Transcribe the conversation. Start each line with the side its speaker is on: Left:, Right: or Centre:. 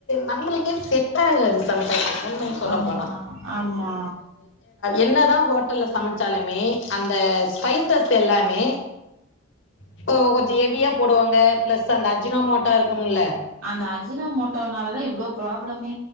Left: நம்மளுக்கே செட்ட ஆகாது சம் டைம் உண்மைய சொல்ல
Right: ஆமா
Left: போனா
Right: ஆமா
Left: என்னதா ஹோட்டல்ல சமைச்சாலுமே அந்த ஸ்பைசஸ் எல்லாமே இப்ப கொஞ்ச ஹெவியா போடுவாங்க பிளஸ் அந்த அஜினோ மோட்டா இருக்கும்ல
Right: அந்த அஜினா மோட்டோனாலதா இவ்ளோ ப்ராப்ளமே